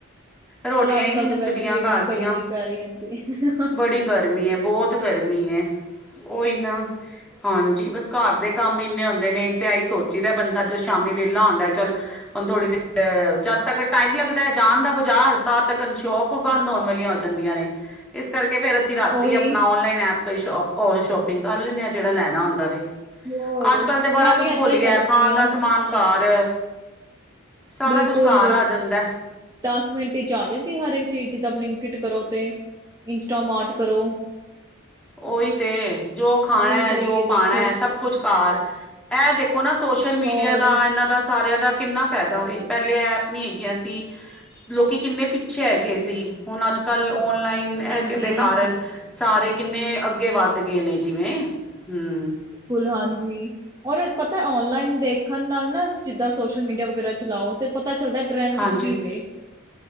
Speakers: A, in the centre; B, on the right.
A: ਰੋਟੀਆਂ
B: ਔਰ ਅੱਜ-ਕੱਲ੍ਹ
A: ਹੀ ਨਹੀਂ ਮੁੱਕਦੀਆਂ
B: ਤੇ ਵੈਸੇ ਇੰਨੀ
A: ਘਰ
B: ਗਰਮੀ
A: ਦੀਆਂ
B: ਪੈ ਰਹੀ ਰੈਂਦੀ।
A: ਬੜੀ ਗਰਮੀ ਹੈ ਬਹੁਤ ਗਰਮੀ ਏ, ਓਈ ਨਾ ਹਾਂਜੀ। ਬਸ ਘਰ ਦੇ ਕੰਮ ਇੰਨੇ ਹੁੰਦੇ ਨੇ ਤੇ ਐ ਸੋਚੀ ਦਾ ਬੰਦਾ ਜੋ ਸ਼ਾਮੀ ਵੇਲਾ ਹੁੰਦਾ ਐ ਚੱਲ ਹੁਨ ਥੋੜੀ ਦੇਰ ਜਦ ਤੱਕ ਟਾਈਮ ਲੱਗਦਾ ਜਾਣ ਦਾ ਬਾਜ਼ਾਰ, ਤਦ ਤੱਕ ਸ਼ੋਪ ਪ੍ ਬੰਦ ਹੋਨ ਵਾਲੀਆਂ ਹੋ ਜਾਂਦੀਆਂ ਨੇ। ਇਸ ਕਰਕੇ ਫੇਰ ਅਸੀਂ ਰਾਤੀ
B: ਉਹੀ
A: ਆਪਣਾ ਨਲਾਈਨ ਐਪ ਤੋਂ ਹੀ ਸ਼ੋਪਿੰਗ ਕਰ ਲੈਂਣੇ ਹਾਂ ਜਿਹੜਾ ਲੈਣਾ ਹੋਂਦਾ ਵੇ।
B: ਹੋਰ
A: ਅੱਜ ਕੱਲ੍ਹ ਤੇ ਬੜਾ
B: ਮੈਂ
A: ਕੁਛ
B: ਵੀ ਏਦਾਂ
A: ਖੁੱਲ
B: ਹੀ
A: ਗਿਆ,
B: ਕਰਦੀ
A: ਖਾਣ
B: ਹਾਂ
A: ਦਾ ਸਮਾਨ ਘਰ ਸਾਰਾ
B: ਬਿਲਕੁਲ
A: ਕੁਛ ਘਰ ਆ ਜਾਂਦਾ ਐ।
B: ਦਸ ਮਿੰਟ ਚ ਆ ਜਾਂਦੀ ਹਰ ਇੱਕ ਚੀਜ਼ ਜਿੱਦਾਂ ਬਲਿੰਕਿਟ ਕਰੋ ਤੇ। ਇੰਸਟਾਮਾਰਟ ਕਰੋ।
A: ਓਹੀ ਤੇ ਜੋ ਖਾਣਾ
B: ਉਹ ਵੀ ਸਹੀ
A: ਜੋ
B: ਦੇਖੋ
A: ਪਾਣਾ ਹੈ, ਸਭ ਕੁਛ ਘਰ ਇਹ ਦੇਖ ਦੇਖੋ ਨਾ ਸੋਸ਼ਲ ਮੀਡੀਆ
B: ਹੋਰ
A: ਦਾ ਏਨਾਂ ਦਾ, ਸਾਰਿਆਂ ਦਾ ਕਿੰਨਾ ਫਾਇਦਾ ਵੇ, ਪਹਿਲੇ ਐਪ ਨੀ ਹੈਗੀਆਂ ਸੀ। ਲੋਕੀ ਕਿੰਨੇ ਪਿੱਛੇ ਹੈਗੇ ਸੀ, ਹੁਨ ਅੱਜ ਕੱਲ੍ਹ ਔਨਲਾਈਨ ਕਿਨ
B: ਹਾਂਜੀ
A: ਕਿਦੇ ਕਾਰਨ ਸਾਰੇ ਕਿੰਨੇ ਅੱਗੇ ਵੱਧ ਗਏ ਨੇ, ਜਿਵੇਂ ਹੂੰ
B: ਕੁਲ ਹਾਂਜੀ, ਔਰ ਪਤਾ ਔਨਲਾਈਨ ਦੇਖ ਦੇੱਖਣ ਨਾਲ ਨਾ ਜਿੱਦਾਂ ਸੋਸ਼ਲ ਮੀਡੀਆ ਵਗੈਰਾ ਚਲਾਓ ਤੇ ਪਤਾ ਚੱਲਦਾ ਟਰੈਂਡ
A: ਹਾਂਜੀ
B: ਚ ਕੀ ਵੇ,